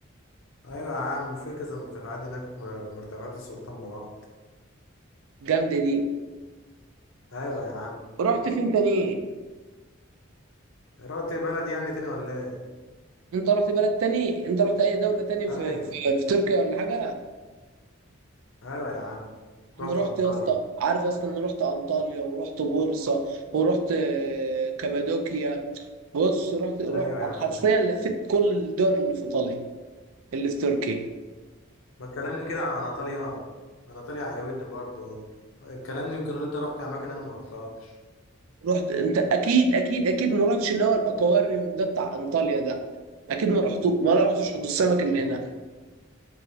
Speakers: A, on the left; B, on the right.
A: ايوه يا عم في كذا مرتفعات هناك م- مرتفعات السلطان مراد
B: جامدة دي
A: ايوه يا عم
B: رحت فين تاني
A: رحت بلد يعني تاني ولا ايه
B: انت رحت بلد تاني انت رحت اي دولة تاني
A: ايوه
B: في في, في تركيا ولا حاجة
A: ايوه يا عم رحت
B: انا رحت
A: انطاليا
B: يا اسطى عارف يا اسطى انا رحت انطاليا ورحت بورصة ورحت آه، كابادوكيا بص رحت رحت
A: ايوه يا
B: على
A: عم
B: حرفيا
A: اماكن
B: لفيت
A: جامده
B: كل الدول اللي في ايطاليا اللي في تركيا
A: ما اتكلمنا كده على اناطوليا اه اناطوليا عجبتني برضه اتكلمنا يمكن ان انت رحت اماكن انا ما رحتهاش
B: رحت انت اكيد اكيد اكيد ما رحتش اللي هو الاكواريوم ده بتاع انطاليا ده اكيد ما رحتو ما رحتش حوض السمك اللي
A: لا.
B: هنا